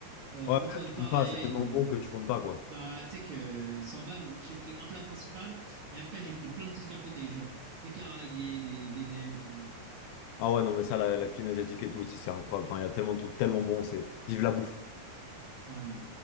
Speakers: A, on the right; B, on the left.
A: Euh,
B: Ouais,
A: Antoine,
B: mais là, tu comptes
A: pareil.
B: pas, c'est tellement
A: euh,
B: bon que tu comptes pas, quoi.
A: bah, tu sais que sans vanne, j'ai pris un plat principal et après j'ai pris plein de petits trucs à côté, genre des karaagés, des, des nems et tout. genre.
B: Ah ouais, non, mais ça, la, la cuisine asiatique et tout aussi, c'est incroyable. Enfin, il y a tellement de trucs tellement bons, c'est... Vive la bouffe.
A: Vraiment.